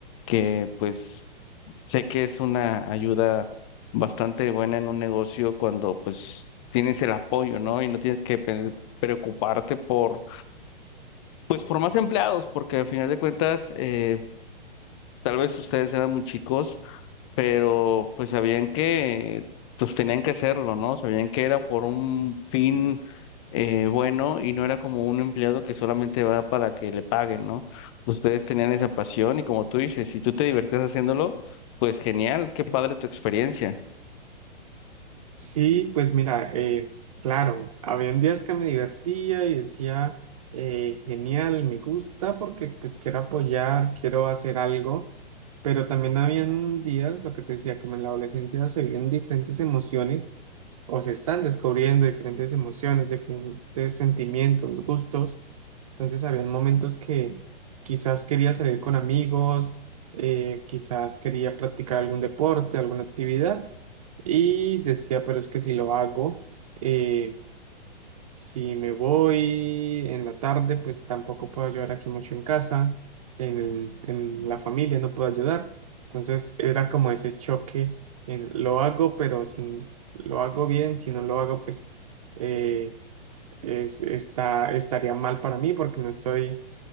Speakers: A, on the left; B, on the right.
A: que pues sé que es una ayuda bastante buena en un negocio cuando pues tienes el apoyo, ¿no? Y no tienes que preocuparte por, pues por más empleados, porque al final de cuentas, eh, tal vez ustedes eran muy chicos, pero pues sabían que pues tenían que hacerlo, ¿no? Sabían que era por un fin eh, bueno y no era como un empleado que solamente va para que le paguen, ¿no? Ustedes tenían esa pasión y como tú dices, si tú te divertías haciéndolo, pues genial, qué padre tu experiencia.
B: Sí, pues mira, eh, claro, habían días que me divertía y decía, eh, genial, me gusta porque pues quiero apoyar, quiero hacer algo, pero también habían días, lo que te decía, como en la adolescencia se viven diferentes emociones o se están descubriendo diferentes emociones, diferentes sentimientos, gustos, entonces habían momentos que quizás quería salir con amigos, eh, quizás quería practicar algún deporte, alguna actividad. Y decía, pero es que si lo hago, eh, si me voy en la tarde, pues tampoco puedo ayudar aquí mucho en casa, en, el- en la familia no puedo ayudar. Entonces era como ese choque en lo hago, pero si lo hago bien, si no lo hago, pues eh, es, está, estaría mal para mí porque no estoy,